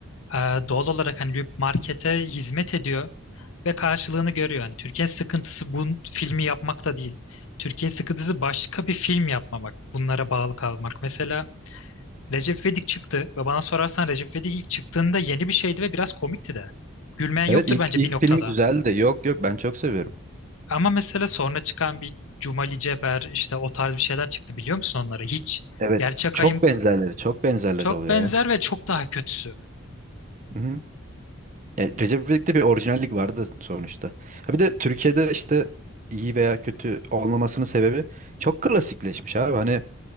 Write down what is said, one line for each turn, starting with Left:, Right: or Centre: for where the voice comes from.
Left: e, doğal olarak hani bir markete hizmet ediyor ve karşılığını görüyor. Hani Türkiye'nin sıkıntısı bu filmi yapmakta değil. Türkiye'nin sıkıntısı başka bir film yapmamak, bunlara bağlı kalmak. Mesela Recep İvedik çıktı ve bana sorarsan Recep İvedik ilk çıktığında yeni bir şeydi ve biraz komikti de. Gülmeyen
Right: Evet
Left: yoktur
Right: ilk,
Left: bence
Right: ilk
Left: bir noktada.
Right: filmi güzeldi yok yok ben çok seviyorum.
Left: Ama mesela sonra çıkan bir Cumali Ceber işte o tarz bir şeyler çıktı biliyor musun onları? Hiç
Right: Evet
Left: gerçek
Right: çok benzerleri çok benzerleri
Left: Çok
Right: oluyor
Left: benzer
Right: ya.
Left: ve çok daha kötüsü.
Right: Hı-hı. Yani Recep İvedik'te bir orijinallik vardı sonuçta. Ha bir de Türkiye'de işte iyi veya kötü olmamasının sebebi çok klasikleşmiş abi. Hani